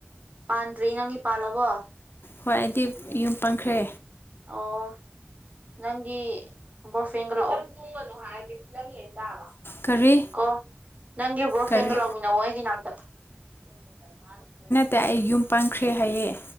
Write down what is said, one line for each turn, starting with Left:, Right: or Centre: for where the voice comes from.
Right: ꯄꯥꯟꯗ꯭ꯔꯤ ꯅꯪꯗꯤ ꯄꯥꯜꯂꯕꯣ
Left: ꯍꯣꯏ ꯑꯩꯗꯤ ꯌꯨꯝ ꯄꯥꯟꯈ꯭ꯔꯦ
Right: ꯑꯣ ꯅꯪꯒꯤ ꯕꯣꯔꯐꯦꯡꯒ ꯂꯥꯛꯑꯣ ꯅꯪ ꯇꯨꯝꯒꯅꯨ ꯍꯥꯏꯔꯗꯤ ꯐꯤꯂꯝ ꯌꯦꯡ ꯇꯥꯕ
Left: ꯀꯔꯤ
Right: ꯀꯣ ꯅꯪꯒꯤ ꯕ꯭ꯔꯣꯐꯦꯡꯒ
Left: ꯀꯔꯤ
Right: ꯂꯥꯛꯃꯤꯟꯅꯧꯋꯣ ꯑꯩꯒꯤ ꯅꯥꯛꯇ <unintelligible>
Left: ꯇꯦ ꯑꯩ ꯌꯨꯝ ꯄꯥꯟꯈ꯭ꯔꯦ ꯍꯥꯏꯌꯦ